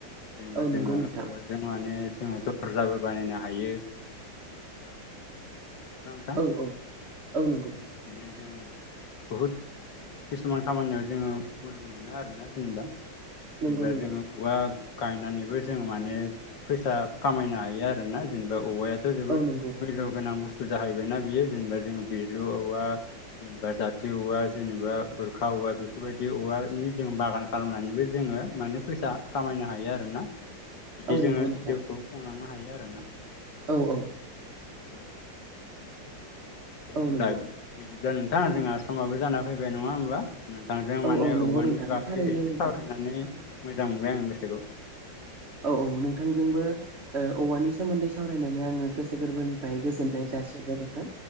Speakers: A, on the left; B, on the right.
A: जेनेबा
B: औ
A: जोंङो
B: नंगौ नोंथां
A: औवा जों माने जोंङो दरजाबो बानायनो हायो <unintelligible>
B: औ औ औ नंगौ।
A: बिदिनो जोंङो बहुद किसुमान खामानियाव जोंङो मदद मोनो आरो। आरोोना जेनेबा
B: नंगौ
A: जेनेबा
B: नंगौ
A: जोंङो औवा गायनानैबो जों माने फैसा खामायनो हायो आरोना जेनेबा औवाया थ' जोबोद
B: औ नंगौ
A: मैल्य गोनां बुस्थु जाहैबायना बियो जेनेबा जोङो बिजलु औवा जेनेबा जाथि औवा जेनेबा बोरखा औवा बेफोरबायदि औवानि जों बागान खालामनानैबो जोङो माने फैसा खामायनो हायो आरोना बिदि
B: औ
A: जोङो
B: नंगौ नोंथां
A: जिउखौ खुंलांनो हायो आरोना
B: औ औ।
A: औ दे
B: औ
A: होमब्ला
B: नंगौ
A: बिदिब्ला नोंथां जोंहा समाबो जाना फैबाय नङा होमबा? नोंथांजों
B: औ
A: माने
B: औ नंगौ
A: औवानि
B: नोंथां
A: बागै
B: थारैनो
A: एसे
B: नोंथां
A: सावरायनानै मोजां मोनबाय आं गोसोखौ।
B: औ औ नोंथांजोंबो औवानि सोमोन्दै सावरायनानै आङो गोसो गोरबोनिफ्राय गोजोननाय जासिहरबाय नोंथां।